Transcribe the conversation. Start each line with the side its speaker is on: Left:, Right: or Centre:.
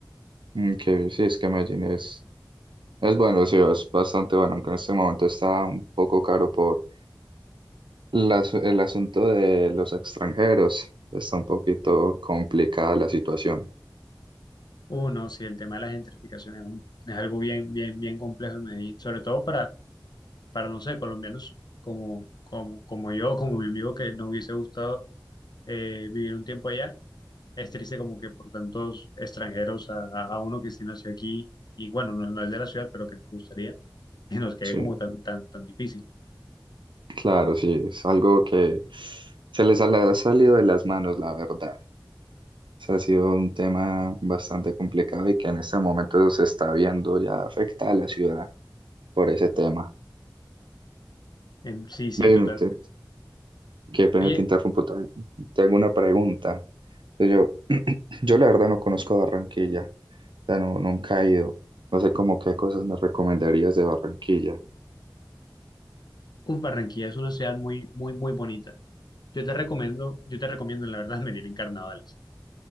Right: ok, sí, es que Medellín es, es bueno, sí, es bastante bueno, aunque en este momento está un poco caro por las- el asunto de los extranjeros, está un poquito complicada la situación,
Left: Uno, sí, el tema de las gentrificaciones es, un- es algo bien, bien, bien complejo en Medellín, sobre todo para, para no sé, colombianos como, como, como yo, como mi amigo que nos hubiese gustado eh, vivir un tiempo allá. Es triste como que por tantos extranjeros a, a- a uno que sí nació aquí y bueno, no, no es de la ciudad, pero que nos gustaría, <laughs> y nos quede
Right: sí,
Left: como tan, tan, tan difícil.
Right: claro, sí, es algo que se les ha le ha salido de las manos, la verdad. sea, ha sido un tema bastante complicado y que en este momento se está viendo ya afecta a la ciudad por ese tema.
Left: Em, sí, sí,
Right: Ven,
Left: totalmente.
Right: te- qué pena
Left: Oye,
Right: te interrumpo, te, te hago una pregunta. Yo, <clears throat> yo la verdad no conozco Barranquilla, ya no, nunca he ido. No sé cómo qué cosas me recomendarías de Barranquilla.
Left: uf, Barranquilla es una ciudad muy, muy, muy bonita. Yo te recomiendo, yo te recomiendo, la verdad, <laughs> venir en carnavales.